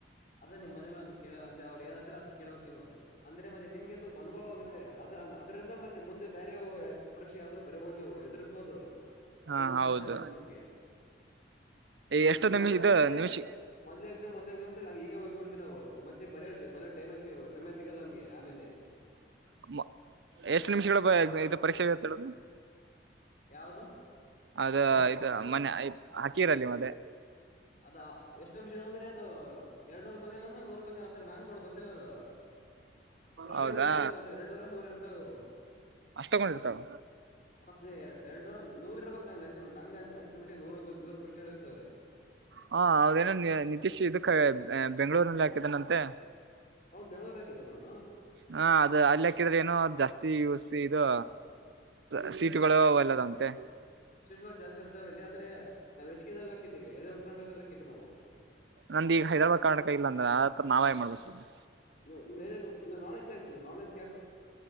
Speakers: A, on the left; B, on the right.
A: ಅದ ನಿಮ್ಮ ಮನಲಿ ಒಂದ ಕೇಳನ ಅಂದೆ ಅವರು ಏನ ಅಂತಾರ ಅದ ಕೇಳ ಬೇಕು ನೀವು ಅಂದ್ರೆಮಾ ನಿಮ್ಗೆ ಸ್ವಲ್ಪ ಅನುಭವ ಆಗುತ್ತೆ ಅದ ಅದರಿಂದ ಮತ್ತೆ ಮುಂದೆ ಬ್ಯಾರೆ ಪರೀಕ್ಷೆ ಯಾವ್ದ್ರರು ಬರಿಬೋದು ನೀವು ಎದುರಿಸಬಹುದು
B: ಹಾ
A: ಹೆದರಿದ್ರ
B: ಹೌದು
A: ಸಾಧ್ಯ ಆಗುತ್ತೆ ನಿಮ್ಗೆ.
B: ಎಷ್ಟು
A: ಇಲ್ಲಾಂದ್ರೆ
B: ನಿಮಿಷ ಇದು
A: ಮತ್ತೆ
B: ನಿಮಿಷ
A: ಮೊದ್ಲೆ ಎಕ್ಸಾಮ್ ಒಂದು ಎಕ್ಸಾಮ್. ಈಗ ಹೋಗ್ಬಡ್ತೀವಿ ನಾವು ಮತ್ತೆ ಬರೆ ಬಲ ಟೈಮ್ ಸಿಗ ಸಮಸ್ಯೆಗಳೂ ನಮಗೆ ಆಮೇಲೆ
B: ಅಮ್ಮ ಎಷ್ಟು ನಿಮಿಷಗಳ ಇದ ಪರೀಕ್ಷೆ ಐತೆ ಹೇಳದು.
A: ಯಾವದು
B: ಅದ ಇದು ಮನ್ನೆ ಐಕ ಹಾಕಿರಲ್ಲ ನೀವ ಅದೆ.
A: ಅದ ಎಷ್ಟು ನಿಮಷ ಅಂದ್ರೆ ಅದು ಎರಡ ನೂರ ಕುಶನ್ ಅಂದ್ರ ನೂರ ಕುಶನ್ ಅಂತ ನಾನ್ ಕೊಡ ಗೊತ್ತಿಲ್ಲ ಅದು. ಪ್ರಶ್ನೆಗಳು
B: ಹೌದಾ
A: ಎಷ್ಟ ಇರ್ತಾವ ಅಂದ್ರ ಎರಡ ನೂರ ನೂರ ಇರ್ತಾವವು.
B: ಅಷ್ಟ ತಗೊಂಡಿರ್ತಾವ
A: ಹ ಅದೇ ಎರಡ್ ಎರಡು ನೂರ ನೂರ್ ಇರ್ಬೇಕ ನಂಗಗೆ ಅಂಗ ಅನ್ಸಿದ ಅಂಗ ಅನ್ಸಿದ ಮಟ್ಟಿಗೆ ನೂರು ನೂರು ಪ್ರಶ್ನೆಗಳು ಇರ್ತವೆ
B: ಹ ಅವದೇನ ನೀನಿತೀಶ್ ಇದಕ ಬೆಬೆಂಗಳೂರನಲ್ಲಿ ಹಾಕಿದನಂತೆ.
A: ಅವನು ಬೆಂಗಳೂರಾಗಿದಾನ ಅವನು.
B: ಹಾ ಅದು ಅಲ್ಲಿ ಹಾಕಿದ್ರೆ ಏನೋ ಜಾಸ್ತಿ ಯುಸಿ ಇದು. ಸಸೀಟುಗಳು ಅವು ಎಲ್ಲದವಂತೆ.
A: ಸೆಟ್ಗಳು ಜಾಸ್ತಿ ಇರ್ತವೆ ಇಲ್ಲಿ ಆದರೆ ನಾವು ಹೆಚ್ಚಿಗೆದಲ್ ಹಾಕಿದ್ದೇವೆ ಹೈದರಾಬಾದ್ ಕರ್ನಾಟಕದಲ್ಲಿ ಹಾಕಿದ್ದೇವೆ ನಾವು
B: ನಂದಿಗ ಹೈದರಾಬಾದ್ ಕರ್ನಾಟಕ ಇಲ್ಲ ಅಂದ್ರೆ ನಾವೇನ್ ಮಾಡಬೇಕು ಇವಾಗ
A: ನೀವು ನಾನೇಚ್ಚಕೆ ಹಾಕ್ಬೇಕ್ ನೀವು ನಾನ್ ಹೆಚ್‌ಕೆ